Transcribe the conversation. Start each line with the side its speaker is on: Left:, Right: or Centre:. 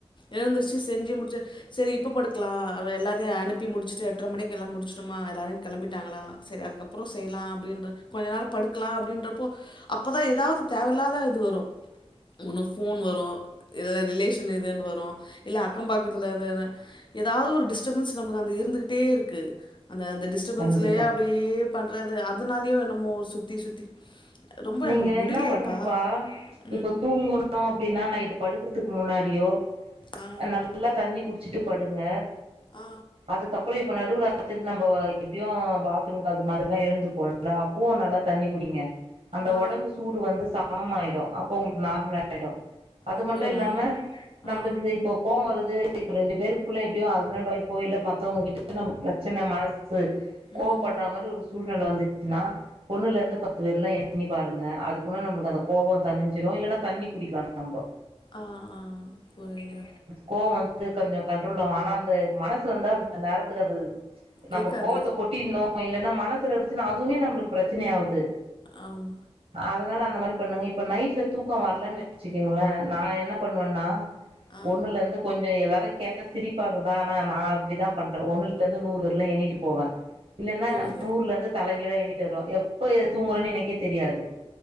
Left: எழுந்திருச்சி செஞ்சு முடிச்சு சரி இப்ப படுக்கலா எல்லாரையு அனுப்பி முடிச்சுட்டு எட்டரை மணிக்கு எல்லா முடிச்சுட்டமா எல்லாரு கிளம்பிட்டாங்களா சரி அதுக்கப்புறோ செய்யலா அப்படின்ற கொஞ்ச நேரோ படுக்கலா அப்படின்றப்போ அப்பதா ஏதாவது தேவையில்லாத இது வரு ஒன்னு ஃபோன் வரு இல்ல ரிலேஷன் எதேன்னு வரு இல்ல அக்கம் பக்கத்துல எதுனா ஏதாவ்து ஒரு டிஸ்டர்பன்ஸ் நமக்கு அந்த இருந்துகிட்டே இருக்கு அந்த அந்த டிஸ்ட டிஸ்டபன்ஸ்லயே
Right: கண்டிப்பா
Left: அப்டியே பண்றது அதனாலயோ என்னமோ ஒரு சுத்தி சுத்தி ரொம்ப
Right: நீங்க
Left: எனக்கு முடியலப்பா
Right: என்னா பண்ணுங்ப்பா
Left: ம்
Right: இப்ப தூங்கணு அப்டினா நைட்டு படுக்கறதுக் முன்னாடியோ
Left: ஆ
Right: நல்லா தண்ணி குடிச்சிட்டு படுங்க
Left: ஆ
Right: அதுக்கப்றோ இப்ப நடுல <unintelligible> நம்ப எப்டியு பா த்ரூம் அது மாரிலா எழுந்து போவல அப்வு நல்லா தண்ணி குடிங்க அந்த
Left: ஆ
Right: உடம்பு சூடு வந்து காம் ஆயிடு அப்போ உங்ளுக்கு நார்மலாயிடு அது
Left: அப்படியா
Right: மட்டு இல்லாம நம்ளுக்கு
Left: ஆ
Right: இப்போ கோவ் வருது இப்ப ரெண்டு பேருக்குள்ள எப்டியோ ஹஸ்பண்ட் ஒய்ஃபோ இல்ல மத்தவங்கிட்ட ப்ரச்சன மனசு கோவப்படுற
Left: ம்
Right: மாரி ஒரு சூழ் நில வந்துச்ன்னா ஒண்ணுல இருந்து பத்து வர்லு எண்ணி பாருங்க அதுக்குள்ள நம்ளுக் அந்த கோவோ தனிஞ்சிரு இல்லைன்னா தண்ணி குடிக்கலா நாம்போ
Left: ஆஹ ஆஹ புரிது
Right: கோவோ வந்து கொஞ்ச கண்ட்ரோல் ஆனா அந்த மனசு வந்தா அந்த நேரத்துக்கு அது நம்ப
Left: கேக்காது
Right: கோவத்த கொட்டிர்ணு இல்லைன்னா மனசுல இருந்ச்னா அதுவுமே நம்ளுக்கு ப்ரச்சனை ஆக்து
Left: ஆம்
Right: அதனால அந்த மாரி பண்ணுங்க இப்ப நைட்ல தூக்கோ வர்லன் வெச்சுங்கங்ளே நா என்ன பண்வேன்னா
Left: ஆ
Right: ஒண்ணுலருந்து கொஞ்ச எல்லாரு கேட்டா சிரிப்பாங்கதா ஆனா நா அப்டிதா பண்றே ஒண்ணுல இருந்து நூறு வர்ல எண்ணிட்டு போவே இல்லைன்னா
Left: புரியுது
Right: நூர்ல இருந்து தலைகீழா எண்ணிட்டு வருவே எப்ப தூங்கறேன்னு எனக்கே தெரியாது